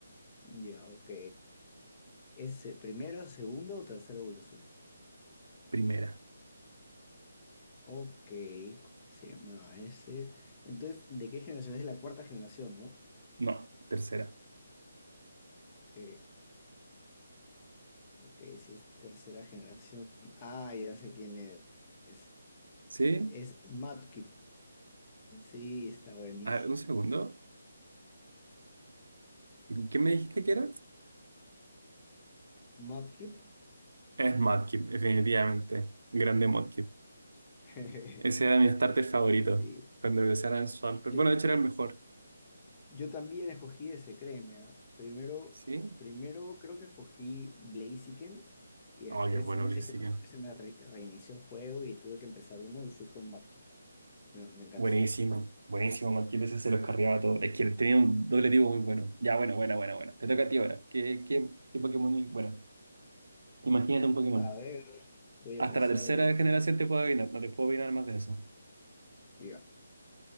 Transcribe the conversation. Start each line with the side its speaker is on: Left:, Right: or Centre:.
Left: Ya, ok. ¿Es eh, primera, segunda o tercera evolución?
Right: Primera.
Left: Ok, ¿cómo se llama ese? Entonces, ¿de qué generación? Es de la cuarta generación, ¿no?
Right: No. Tercera.
Left: Ok, ok, si es tercera generación. Ah, ya sé quién es.
Right: ¿Sí?
Left: Es Mudkip. Sí, está buenísimo.
Right: A ver, un segundo. ¿Qué me dijiste que era?
Left: Mudkip.
Right: Es Mudkip, definitivamente. Grande Mudkip.
Left: <laughs>
Right: Ese era mi starter favorito.
Left: Sí.
Right: Cuando empezara en Swampert.
Left: Yo,
Right: Bueno, de hecho era el mejor.
Left: Yo también escogí ese, créeme, ah. Primero,
Right: ¿Sí?
Left: primero creo que escogí Blaziken y después
Right: Oh, qué bueno
Left: no
Right: Blaziken.
Left: sé qué pasó que se me re- reinició el juego y tuve que empezar uno y fui con Mudkip. Y me, me encantó.
Right: Buenísimo. Buenísimo, Mudkip. Ese se los cargaba todo. Es que tenía un doble tipo muy bueno. Ya, bueno, bueno, bueno, bueno. Te toca a ti ahora. ¿Qué, qué, qué Pokémon? Bueno. Imagínate un Pokémon.
Left: A ver, voy a
Right: Hasta
Left: pensar,
Right: la tercera
Left: voy a pensar.
Right: generación te puedo adivinar, no te puedo adivinar más de eso.
Left: Ya.